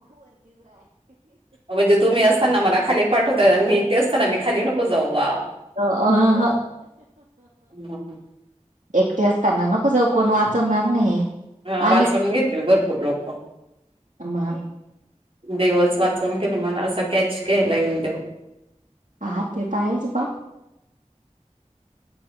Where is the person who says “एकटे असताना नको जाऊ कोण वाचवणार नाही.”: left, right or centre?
Right